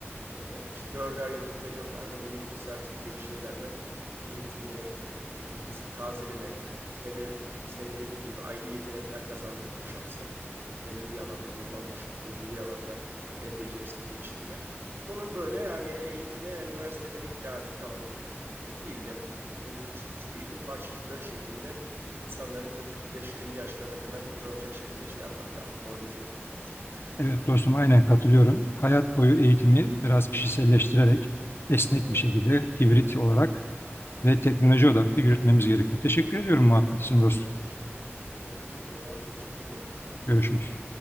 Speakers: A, on the right; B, on the left.
A: E, işte dörder yıllık periyotlarda bu mikro sertifika bir şeylerle eğitimli e, bir tek bilgisini tazeleme ve de senin dediğin gibi ayrı yetenekler kazandırma o şahsa. Belli bir alanda uzmanlaşma, belli bir alanda el becerisini geliştirme. Bunun böyle yani eğitimi üniversitede bitti artık tamam e, değil de böyle küçük küçük eğitim parçacıkları şeklinde insanların 40-45-50 yaşlarına kadar uzanacak şekilde şey yapmak lazım, formülize etmek lazım.
B: Evet dostum aynen katılıyorum. Hayat boyu eğitimi biraz kişiselleştirerek esnek
A: Evet,
B: bir şekilde hibrit olarak ve teknoloji odaklı yürütmemiz gerekiyor. Teşekkür ediyorum muhabbet
A: evet.
B: için dostum.
A: Ben teşekkür ederim. Ben teşekkür ederim abi. Görüşmek üzere.
B: Görüşürüz.